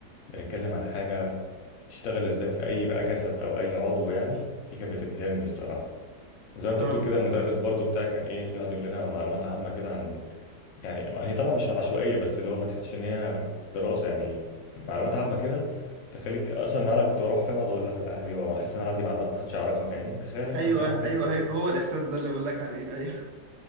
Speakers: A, on the left (about 60°); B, on the right (about 80°).
A: بنتكلم عن حاجه بتشتغل ازاي في اي بقى جسد او اي عضو يعني دي كانت بتبهرني الصراحه زي ما انت
B: اه
A: بتقول كده المدرس برضو بتاعك كان ايه يقعد يقول لنا معلومات عامه كده عن يعني هي طبعا مش عشوائيه بس اللي هو ما تحسش ان هي دراسه يعني معلومات عامه كده تخليك اصلا انا كنت بروح فيها اقعد اقول لها لاهلي واحس ان انا عندي معلومات ما حدش يعرفها فاهمني تخيل انت
B: ايوه
A: مش عارف كذا
B: ايوه
A: كذا
B: هي- هو الاحساس ده اللي بقول لك عليه ايوه